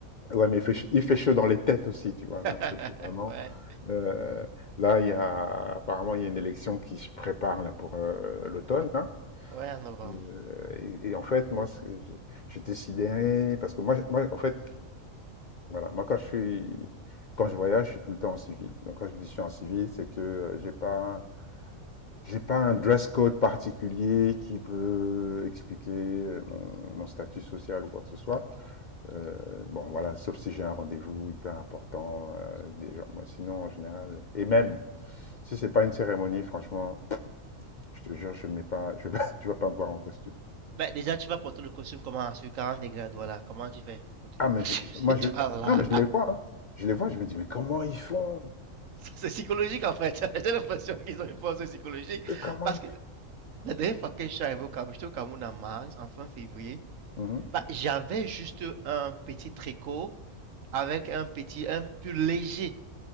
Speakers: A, on the left (about 55°); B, on the right (about 75°).
A: Ouais, mais il fait, ch- il fait chaud dans les têtes aussi, tu vois.
B: <laughs>
A: là, parce que vraiment.
B: Ouais,
A: euh, là, il y a, apparemment, il y a une élection qui se prépare là, pour euh, l'automne.
B: no-
A: hein.
B: ouais, en novembre.
A: Et, heu, et et en fait, moi, ce j'ai j'étais sidéré parce que moi j moi, en fait, voilà, moi, quand je suis quand je voyage, je suis tout le temps en civil. Donc quand je dis: «Je suis en civil», c'est que, heu, j'ai pas j'ai pas un dress code particulier qui peut expliquer, heu, mon mon statut social ou quoi que ce soit.
B: Mhm.
A: Heu, bon, voilà, sauf si j'ai un rendez-vous hyper important, heu, avec des gens. Moi, sinon, en général, et même si c'est pas une cérémonie, franchement, je te jure, je mets pas je <laughs> pas tu vas pas me voir en costume.
B: Ben, déjà, tu vas porter le costume comment? Sur 40 degrés, voilà. Comment tu fais pour porter
A: Ah,
B: le
A: mais
B: costume
A: je,
B: <laughs>
A: moi, je,
B: sur toi là?
A: non, mais je les vois. hein. Je les vois, je me dis, mais comment ils font?
B: Ça, c'est psychologique en fait. <laughs> J'ai l'impression qu'ils ont une force psychologique.
A: Euh, Comment
B: Parce
A: ils
B: que la dernière fois que je suis arrivé au Cameroun, j'étais au Cameroun en mars, en fin février.
A: font? Mhm.
B: Bah, j'avais juste un petit tricot avec un petit, un pull léger.